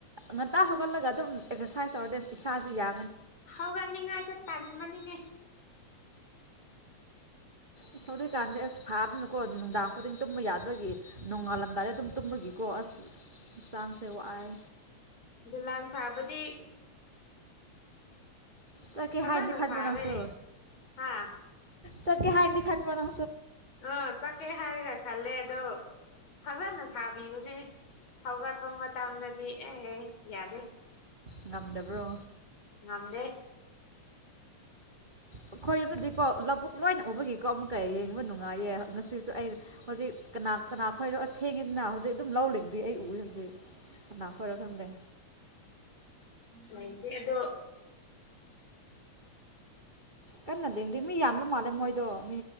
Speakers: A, on the right; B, on the left.
A: ꯉꯟꯇꯥ ꯍꯧꯒꯠꯂꯒ ꯑꯗꯨꯝ ꯑꯦꯛꯁꯔꯁꯥꯏꯁ ꯇꯧꯔꯗꯤ ꯏꯁꯥꯁꯨ ꯌꯥ
B: ꯍꯒ ꯅꯤꯡ ꯉꯥꯏꯁ ꯇꯟꯃꯅꯤꯅꯦ
A: ꯑꯁ ꯑꯗꯨꯏ ꯀꯥꯟꯗꯤ ꯑꯁ ꯁꯥꯕꯅꯤꯅꯨꯀꯣ ꯅꯨꯡꯗꯥꯡ ꯈꯨꯗꯤꯡ ꯇꯨꯝꯕ ꯌꯥꯗꯕꯒꯤ ꯅꯣꯡꯉꯥꯜꯂꯝꯗꯥꯏ ꯑꯗꯨꯝ ꯇꯨꯝꯕꯒꯤꯀꯣ ꯑꯁ ꯆꯥꯡꯁꯦ ꯋꯥꯏ
B: ꯗꯨꯂꯥꯟ ꯁꯥꯕꯗꯤ
A: ꯆꯠꯀꯤꯦ
B: ꯐꯖꯅ
A: ꯍꯥꯏꯥꯏꯗꯤ ꯈꯅꯄꯅꯥꯎꯁꯨ
B: ꯁꯥꯔꯦ ꯍꯥ
A: ꯆꯠꯀꯤꯦ ꯍꯥꯏꯗꯤ ꯐꯠꯕꯔꯣ
B: ꯑ ꯆꯈꯦ ꯍꯔꯒꯦ ꯈꯜꯂꯦ ꯑꯗꯣ ꯐꯖꯅ ꯁꯥꯕꯤꯕꯅꯦ ꯍꯧꯒꯠꯄ ꯃꯇꯝꯗꯗꯤ ꯑꯦ ꯑꯦ ꯌꯥꯗꯦ
A: ꯉꯝꯗꯕ꯭ꯔꯣ
B: ꯉꯗꯦ
A: ꯑꯩꯈꯣꯏ ꯌꯨꯝꯗꯗꯤꯀꯣ ꯂꯧꯕꯨꯛ ꯂꯣꯏꯅ ꯎꯕꯒꯤꯀꯣ ꯑꯃꯨꯛꯀ ꯌꯦꯡꯕ ꯅꯨꯡꯉꯥꯏꯌꯦ ꯉꯁꯤꯁꯨ ꯑ ꯍꯧꯖꯤꯛ ꯀꯅꯥ ꯀꯅꯥ ꯈꯣꯏꯔꯣ ꯊꯦꯡꯉꯤꯗꯅ ꯍꯧꯖꯤꯛ ꯑꯗꯨꯝ ꯂꯧꯔꯤꯡꯗꯨ ꯑꯩ ꯎꯏ ꯍꯧꯖꯤꯛ ꯅꯥꯈꯔꯣ ꯊꯪꯗ
B: ꯉꯥꯏꯗꯤ ꯑꯗꯣ
A: ꯀꯟꯅ ꯂꯦꯡꯗꯦ ꯃꯤ ꯌꯥꯟꯕ ꯃꯥꯜꯂꯦ ꯃꯣꯏꯗꯣ ꯃꯤ